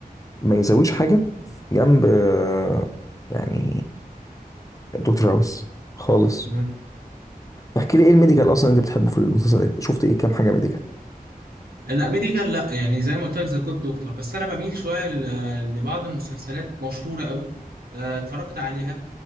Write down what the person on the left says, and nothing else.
ما يساويش حاجة جنب آه، يعني دكتور هاوس خالص
احكي لي ايه الميديكال اصلا انت بتحبه في المسلسلات شفت ايه كام حاجة ميديكال